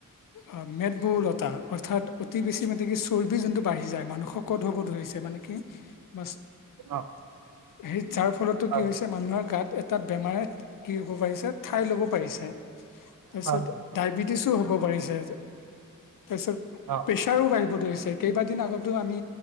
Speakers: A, on the left; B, on the right.
A: অ মেদবহুলতা অৰ্থাৎ অতি বেছি মানে কি চৰ্বি যোনটো বাঢ়ি যায় মানুহ শ কত হ'ব ধৰিছে ন <unintelligible> স
B: অ
A: যাৰ ফলতো
B: হয়
A: কি হৈছে মানুহৰ গাত এটা বেমাৰে কি হব পাৰিছা ঠাই ল'ব পাৰিছে তাৰপিছত
B: হয় হয়
A: ডায়বেটিছো হ'ব <unintelligible>
B: অ
A: প্ৰেছাৰো বাঢ়িব ধৰিছে কেইবাদিন আগতো আমি